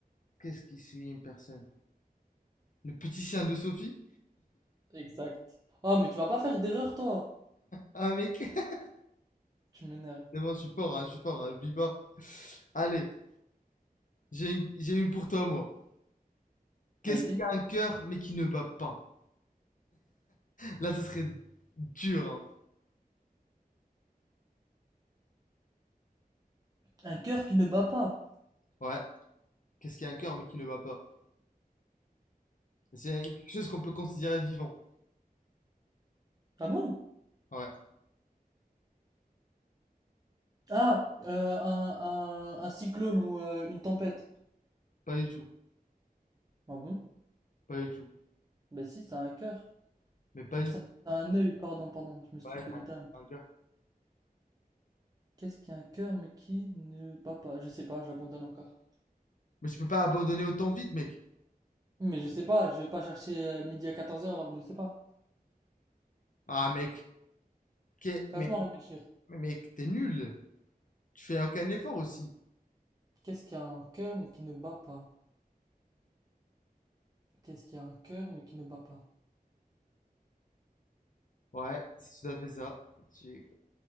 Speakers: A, on the left; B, on the right.
A: Qu'est-ce qui suis une personne? Le petit chien de Sophie?
B: Exact. Oh, mais tu vas pas faire d'erreur, toi.
A: Ah, mec. <laughs>
B: Tu m'énerves.
A: C'est bon, je suis fort, hein, je suis fort, hein, oublie pas. Allez, j'ai une, j'ai une pour toi, moi. Qu'est-ce
B: Vas-y.
A: qui a un cœur, mais qui ne bat pas? Là, ça serait dur, hein.
B: Un cœur qui ne bat pas.
A: Ouais. Qu'est-ce qui a un cœur, mais qui ne bat pas? C'est quelque chose qu'on peut considérer vivant.
B: Ah bon?
A: Ouais.
B: Ah, euh, un, un, un cyclone ou euh, une tempête.
A: Pas du tout,
B: Ah bon?
A: pas du tout.
B: Bah si, ça a un cœur.
A: Mais pas
B: Ou
A: du
B: ça
A: tout.
B: a un œil, pardon, pardon, je me suis
A: Ouais,
B: trompé
A: c'est
B: de
A: un-
B: terme.
A: c'est un cœur.
B: Qu'est-ce qui a un cœur mais qui ne bat pas? Je sais pas, j'abandonne encore.
A: Mais tu peux pas abandonner autant vite, mec.
B: Mais je sais pas, je vais pas chercher euh, midi à quatorze heures alors que je sais pas.
A: Ah, mec, qu'est- mais,
B: Laisse-moi réfléchir.
A: mais- mec, t'es nul. Tu fais aucun effort aussi.
B: Qu'est-ce qui a un cœur mais qui ne bat pas? Qu'est-ce qui a un cœur mais qui ne bat pas?
A: Ouais, c'est tout à fait ça. Tu-